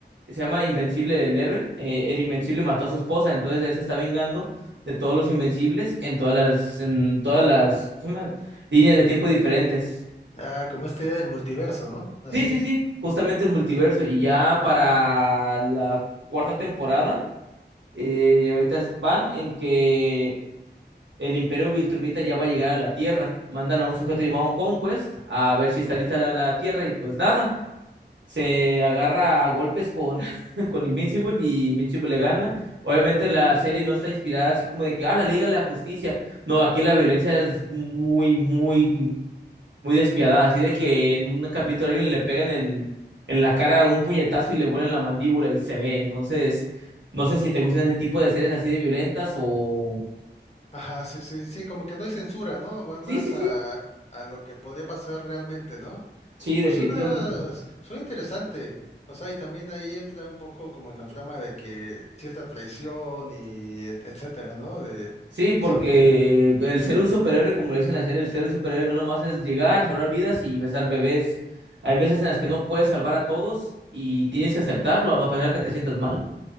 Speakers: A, on the right (about 85°); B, on the left (about 35°).
A: se llama Invencible el héroe, eh, el Invencible mató a su esposa, entonces él se está vengando de todos los Invencibles en todas las, en todas las ¿cómo se llama? líneas de tiempo diferentes.
B: Ah, como esta idea del multiverso, ¿no? Así.
A: Sí, sí, sí, justamente el multiverso y ya para la cuarta temporada. Eh, ahorita es- van en que el Imperio Viltrumita ya va a llegar a la Tierra. Mandan a un sujeto llamado Conquest a ver si está lista la Tierra y pues nada, se agarra a golpes con, <laughs> con Invincible y Invincible le gana. Obviamente la serie no está inspirada así como de que, ah, la Liga de la Justicia. No, aquí la violencia es muy, muy muy despiadada, así de que en un capítulo a alguien le pegan en, en la cara un puñetazo y le vuelan la mandíbula y se ve. Entonces, no sé si te gustan ese tipo de series así de violentas o...
B: Ajá, sí, sí, sí, como que no hay censura, ¿no? Va
A: Sí,
B: más
A: sí, sí,
B: a, a lo que podría pasar realmente, ¿no?
A: sí,
B: Pues
A: definitivamente.
B: suena, suena interesante. O sea, y también ahí entra un poco como en la trama de que cierta traición y et- etcétera, ¿no? De,
A: Sí, porque
B: so,
A: el ser un superhéroe, como le dicen en la serie, el ser un superhéroe no nomás es llegar, salvar vidas y besar bebés. Hay veces en las que no puedes salvar a todos y tienes que aceptarlo a pesar que te sientas mal.